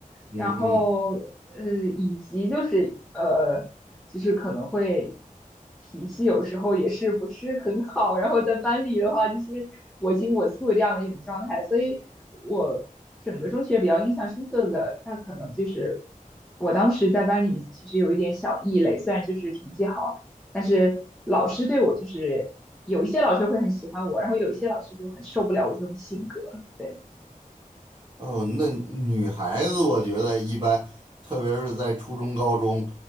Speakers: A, on the right; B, in the centre.
A: 嗯嗯，
B: 然后呃，以及就是呃，就是可能会脾气有时候也是不是很好，然后在班里的话就是我行我素这样的一种状态，所以我整个中学比较印象深刻的，那可能就是我当时在班里其实有一点小异类，虽然就是成绩好，但是老师对我就是有一些老师会很喜欢我，然后有一些老师就很受不了我这种性格，对，
A: 哦，那女孩子我觉得一般，特别是在初中、高中，